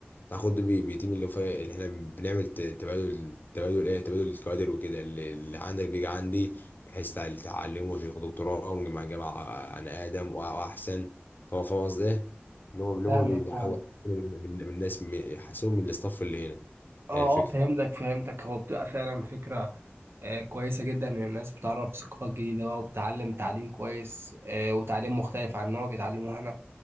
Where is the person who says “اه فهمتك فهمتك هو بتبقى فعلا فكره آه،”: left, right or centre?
Right